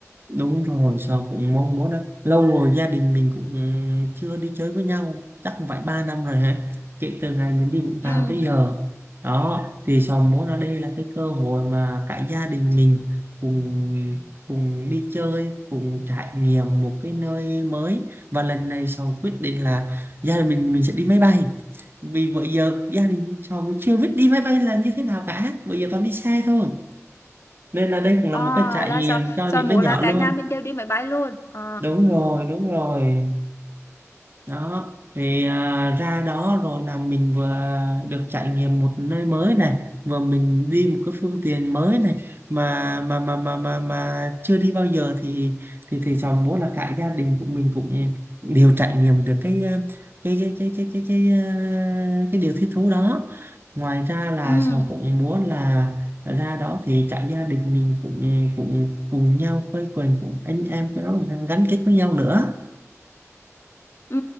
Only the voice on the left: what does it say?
Ừ.
Ờ,
là
sao?
Sao
mỗi
là cả
nhà mình đều đi máy bay luôn. Ờ.
Ừ.
Ừ,